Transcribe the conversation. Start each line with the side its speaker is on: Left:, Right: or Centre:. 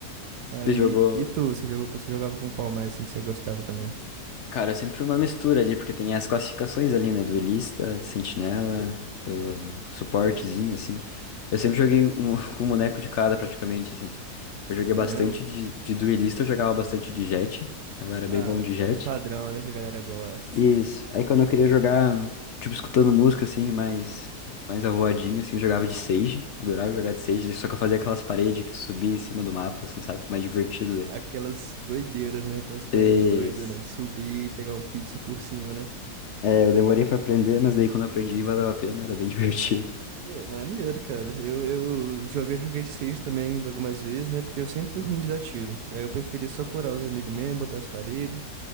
Right: Aí,
Left: Tu jogou.
Right: e tu, você jogou, com- você jogava com qual mais, assim, que você gostava também?
Left: Cara, eu sempre fui uma mistura ali, porque tem as classificações ali, né? Duelista, sentinela, ah, suportezinho, assim. Eu sempre joguei um, <laughs> com um boneco de cada, praticamente, assim. Eu joguei
Right: É
Left: bastante
Right: mesmo?
Left: de, de duelista, eu jogava bastante de jet. Eu era
Right: Ah,
Left: bem bom de jet.
Right: o padrão, né, que a galera gosta.
Left: Isso. Aí quando eu queria jogar, tipo, escutando música, assim, mais, mais avoadinho, assim, eu jogava de Sage. Adorava jogar de Sage, só que eu fazia aquelas paredes que tu subia em cima do mapa, assim, sabe? Mais divertido daí.
Right: Aquelas doideiras, né? Aquelas paredes
Left: Isso.
Right: doidas, né? De subir e pegar um pixel por cima, né?
Left: É, eu demorei pra aprender, mas daí quando eu aprendi valeu a pena, era bem <laughs> divertido.
Right: Ma- Maneiro, cara. Eu, eu joguei, joguei de Sage também algumas vezes, né? Porque eu sempre fui ruim de dar tiro. Aí eu preferia só curar os amigos mesmo, botar as paredes.